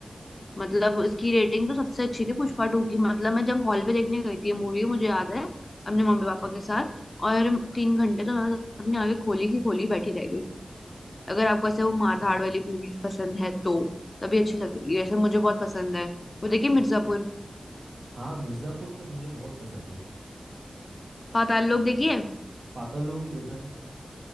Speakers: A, on the left; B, on the right.
A: मतलब इसकी रेटिंग तो सबसे अच्छी थी पुष्पा टू की मतलब मैं जब हॉल पे देखने गई थी ये मूवी मुझे याद है अपने मम्मी पापा के साथ और तीन घंटे तो मैं अपने आगे खोली की खोली बैठी रह गई अगर आपको ऐसे वो मारधाड़ वाली मूवीज पसंद है तो तभी अच्छी लगेगी वैसे मुझे बहुत पसंद है वो देखिए मिर्जापुर
B: हाँ मिर्ज़ापुर तो मुझे बहुत पसंद है
A: पाताल लोक देखिए
B: पाताल लोक भी देखा है